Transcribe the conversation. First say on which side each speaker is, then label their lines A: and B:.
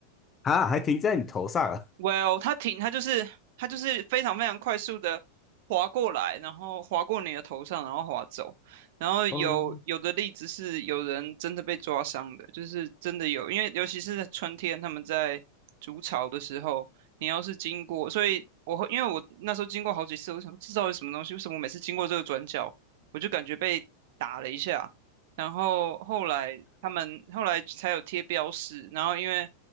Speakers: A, on the left (about 20°); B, on the right (about 50°).
A: 啊，还停在你头上啊
B: Well，它停，它就是它就是非常非常快速的划过来，然后划过你的头上，然后划走。然后有有的例子是有人真的被抓伤的，
A: 哦，
B: 就是真的有，因为尤其是在春天，他们在筑巢的时候，你要是经过，所以我会因为我那时候经过好几次，我想说这到底什么东西？为什么我每次经过这个转角，我就感觉被打了一下？然后后来他们后来才有贴标识，然后因为。